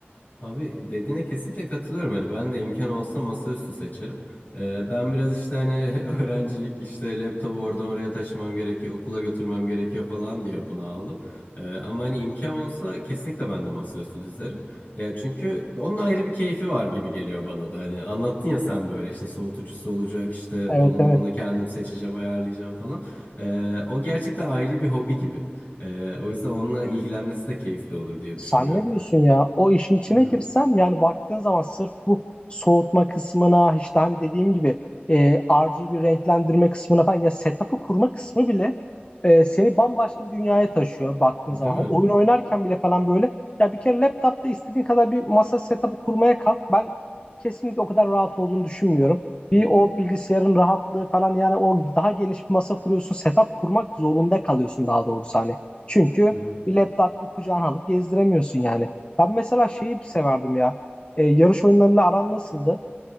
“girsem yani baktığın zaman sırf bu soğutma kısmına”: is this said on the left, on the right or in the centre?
Left